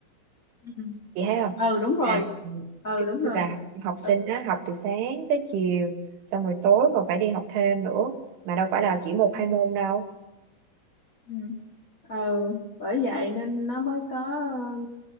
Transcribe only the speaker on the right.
chị thấy không
là ừ,
là học sinh
đó học từ sáng tới chiều xong rồi tối còn phải đi học thêm nữa mà đâu phải là chỉ một
hai môn đâu